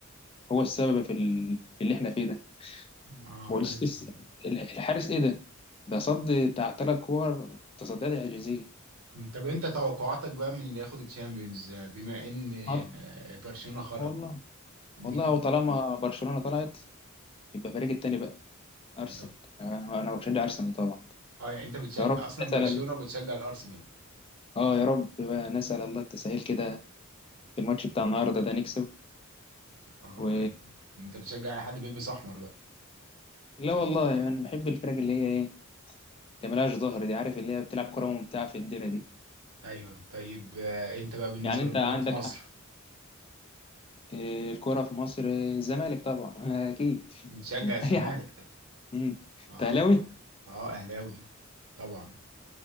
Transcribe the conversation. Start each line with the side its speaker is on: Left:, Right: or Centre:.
Left: هو السبب في ال- في اللي احنا فيه ده
Right: اه
Left: هو
Right: حارس
Left: الس- الس-
Right: جامد
Left: ال- الحارس ايه ده ده صد بتاع ثلاث كور تصديات اعجازيه
Right: طب انت توقعاتك بقى من اللي ياخد الشامبيونز آه، بما ان
Left: عط-
Right: آه، برشلونه خرج
Left: والله
Right: م-
Left: والله هو
Right: م-
Left: طالما برشلونة طلعت يبقى فريق التاني بقى ارسنال
Right: لو-
Left: انا أنا بشجع ارسنال طبعا
Right: اه يعني انت بتشجع
Left: يا رب
Right: اصلا
Left: نسأل
Right: برشلونه وبتشجع الارسنال
Left: اه يا رب بقى نسأل الله التسهيل كده في الماتش بتاع النهارده ده نكسب
Right: اه
Left: و
Right: ان- انت بتشجع اي حد بيلبس احمر بقى
Left: لا والله انا يعني بحب الفرق اللي هي ايه اللي ملهاش ظهر دي عارف اللي هي بتلعب كرة ممتعة في الديرة دي
Right: ايوه طيب آه، انت بقى بالنسبه
Left: يعني انت
Right: للكوره
Left: عندك
Right: في مصر
Left: آه، الكرة في مصر آه، الزمالك طبعا <laughs> اكيد
Right: بتشجع الزمالك
Left: اي حد مم.
Right: اه
Left: أنت اهلاوي
Right: اه اهلاوي طبعا